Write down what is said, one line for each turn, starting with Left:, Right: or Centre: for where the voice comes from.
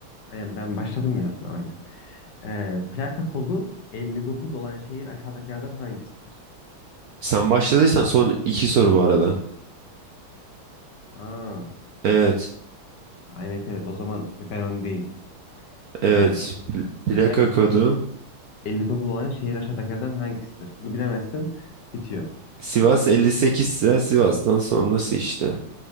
Left: aynen ben başladım ya. Aynen. Ee, plaka kodu 59 olan şehir aşağıdakilerden hangisidir?
Right: Sen başladıysan son iki soru bu arada.
Left: Aa,
Right: Evet.
Left: evet evet o zaman ben öndeyim. Ee,
Right: Evet. Pl- Plaka
Left: plaka
Right: kodu.
Left: kodu 59 olan şehir aşağıdakilerden hangisidir? Bunu bilemezsin. bitiyor.
Right: Sivas 58 ise Sivas'tan sonrası işte.